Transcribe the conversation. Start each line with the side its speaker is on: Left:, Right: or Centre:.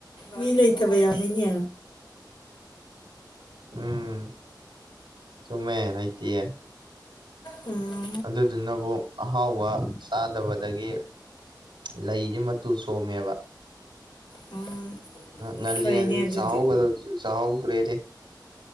Left: ꯃꯤ ꯂꯩꯇꯕ ꯌꯥꯎꯍꯅꯦ
Right: ꯎꯝ ꯁꯨꯃꯦ ꯂꯩꯇꯌꯦ
Left: ꯎꯝ
Right: ꯑꯗꯨꯗꯨꯅꯕꯨ ꯑꯍꯥꯎꯕ ꯆꯥꯗꯕꯗꯒꯤ ꯂꯩꯁꯦ ꯃꯇꯨ ꯁꯣꯝꯃꯦꯕ
Left: ꯎꯝ
Right: ꯉꯜꯂꯤꯉꯩꯗꯁꯨ
Left: ꯐꯩꯅꯦ ꯑꯗꯨꯗꯤ
Right: ꯆꯍꯧꯒꯗꯕꯗꯨꯁꯨ ꯆꯥꯍꯧꯗꯔꯦꯅꯦ